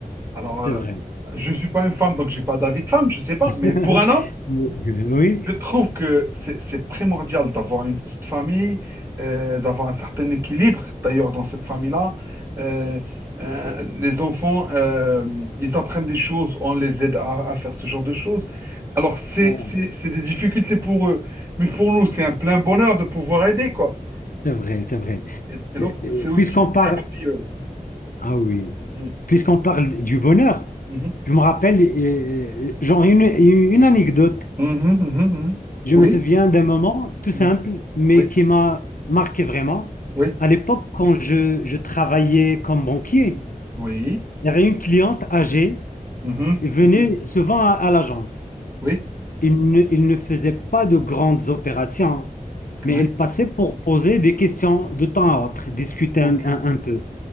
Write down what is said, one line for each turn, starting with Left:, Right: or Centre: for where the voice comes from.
Right: Alors,
Left: c'est
Right: euh,
Left: vrai.
Right: je ne suis pas une femme, donc j'ai pas d'avis de femme, je ne sais pas.
Left: <laughs>
Right: Mais pour un homme, je trouve que c'est c'est primordial d'avoir une petite famille, euh, d'avoir un certain équilibre. D'ailleurs, dans cette famille-là, euh, euh, les enfants, euh, ils apprennent des choses, on les aide à, à faire ce genre de choses. Alors, c'est,
Left: Oui.
Right: c'est, c'est des difficultés pour eux. Mais pour nous, c'est un plein bonheur de pouvoir aider, quoi.
Left: C'est vrai, c'est vrai.
Right: Et, et donc,
Left: Et-
Right: c'est
Left: et
Right: aussi
Left: Puisqu'on parle,
Right: une thérapie. euh.
Left: ah oui,
Right: Mm.
Left: puisqu'on parle du bonheur,
Right: Mhm.
Left: je me rappelle, euh, euh, genre une, une anecdote.
Right: Mhm, mhm, mhm.
Left: Je
Right: Oui,
Left: me souviens d'un moment tout simple,
Right: Mm.
Left: mais
Right: oui,
Left: qui m'a marqué vraiment.
Right: oui.
Left: À l'époque, quand je, je travaillais comme banquier,
Right: Oui.
Left: il y avait une cliente âgée,
Right: Mhm,
Left: elle venait
Right: mhm.
Left: souvent à, à l'agence.
Right: Oui.
Left: Il ne, il ne faisait pas de grandes opérations, mais
Right: Oui.
Left: elle passait pour poser des questions de temps à autre, discuter
Right: Ok.
Left: un un- un peu.